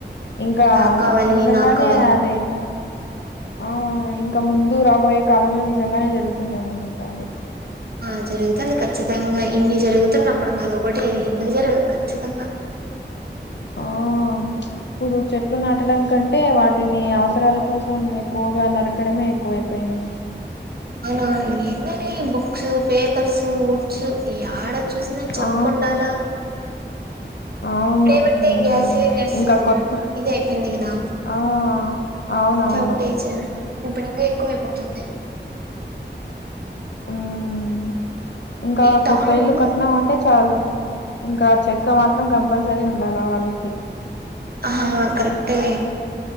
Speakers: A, on the left; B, on the right.
A: ఇంకా
B: నాకు కావాలి
A: నిజంగానే
B: నాకు కావాలి
A: అది ఆ ఇం క ముందు రాబోయే కాలంలో నిజంగానే జరుగుతుందేమో ఇంకా అది
B: ఆ జరుగుతంది ఖచ్చితంగా ఇన్ని జరుగుతున్నప్పుడు అది ఒకటే ఎందుకు జరగదు ఖచ్చితంగా
A: ఓం ఇప్పుడు చెట్లు నాటడం కంటే వాటిని అవసరాల కోసం ఎక్కువగా నరకడమే ఎక్కువైపోయింది
B: అవునవును ఎందోనే బుక్సు పేపర్స్ ఉడ్స్ యాడ చూసినా చక్కుండాలా
A: ఆ అవును
B: లేవంటే
A: మ్మ్
B: గ్యాస్ సిలిండర్స్
A: ఇంకా కొత్త
B: ఇది అయిపేయింది గదా
A: ఆ అవునవును
B: షార్టెజా ఇపుడు ఇంగ ఎక్కువైపోతుంది
A: హ్మ్ ఇంకా
B: ఈ టౌన్
A: కొత్త ఇల్లు
B: లో
A: కట్నామంటే చాలు ఇంకా చెక్క మాత్రం కంపల్సరీ ఉండాల వాల్కి
B: ఆహా హా కరెక్టేలే